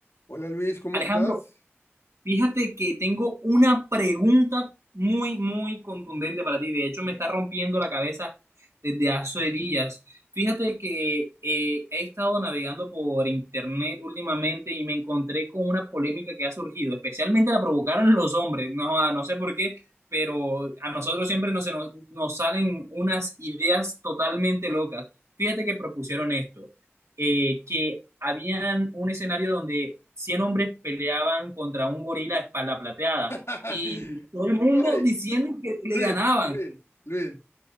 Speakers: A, on the left; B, on the right.
A: Hola Luis, ¿cómo
B: Alejandro,
A: estás?
B: fíjate que tengo una pregunta muy, muy contundente para ti. De hecho, me está rompiendo la cabeza desde hace días. Fíjate que eh, he estado navegando por internet últimamente y me encontré con una polémica que ha surgido. Especialmente la provocaron los hombres. No, ah, no sé por qué, pero a nosotros siempre nos, se nos, nos salen unas ideas totalmente locas. Fíjate que propusieron esto eh, que habían un escenario donde 100 hombres peleaban contra un gorila de espalda plateada
A: <laughs>
B: y todo el
A: Güey,
B: mundo diciendo que le
A: Luis,
B: ganaban.
A: Luis, Luis.